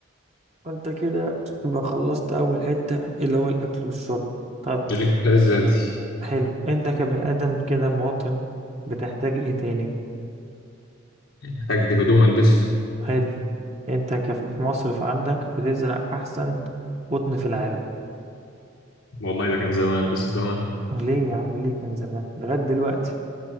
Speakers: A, on the right; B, on the left.
A: فانت كده يبقى خلصت اول حتة اللي هو الاكل والشرب طب
B: الاكتفاء الذاتي
A: حلو انت كبني ادم كده مواطن بتحتاج ايه تاني
B: محتاج هدوم البسها
A: حلو انت كف- مصرف عندك بتزرع احسن قطن في العالم
B: والله ده كان زمان بس تمام
A: ليه يا عم ليه كان زمان لغاية دلوقتي